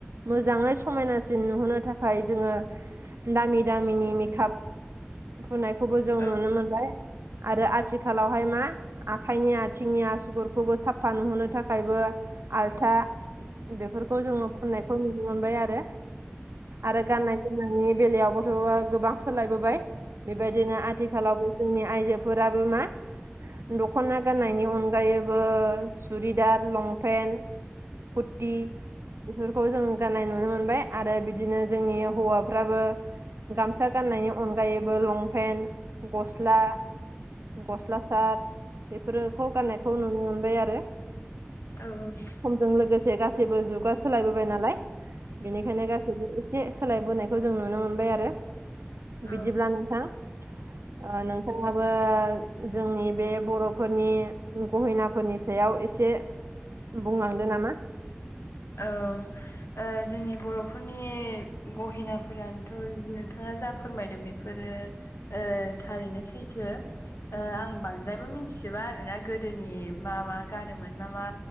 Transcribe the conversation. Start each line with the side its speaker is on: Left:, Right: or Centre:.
Right: मोजाङै समायनासिन नुहोनो थाखाय जोङो दामि दामिनि मेखाब फुननायखौबो जों
Left: औ
Right: नुनो मोनबाय आरो आथिखालावहाय मा आखाइनि, आथिंनि आसुगुरखौबो साफा नुहोनो थाखायबो आल्था बेफोरखौ जोङो फुननायखौ नुनो मोनबाय आरो आरो गाननाय जोम नायनि बेलायावबोथ' गोबां सोलायबोबाय बेबायदिनो आथिखालावबो जोंनि आइजोफोराबो मा दख'ना गाननायनि अनगायैबो सुरिदार लंपेन्ट खुरति बेफोरखौ जों गाननाय नुनो मोनबाय आरो बिदिनो जोंनि हौवाफ्राबो गामसा गाननायनि अनगायैबो लंपेन्ट गस्ला, गस्ला सार्थ बेफोरोखौ गाननायखौ नुनो मोनबाय आरो।
Left: औ औ।
Right: समजों लोगोसे गासैबो जुगा सोलायबोबाय नालाय बेनिखायनो गासैबो से सोलायबोनायखौ जों नुनो मोनबाय आरो।
Left: औ
Right: बिदिब्ला नोंथां ओ नों थांआबो जोंनि बे बर'फोरनि गहेनाफोरनि सायाव एसे बुंलांदो नामा?
Left: औ ओ जोंनि बर'फोरनि गहेनाफोरानोथ' नोंथाङा जा फोरमायदों बे फोरो ओ थारैनो सैथो ओ
Right: उम
Left: आं बांद्रायबो मिथ सिबा आरो ना गोदोनि मा मा गानोमोन मा मा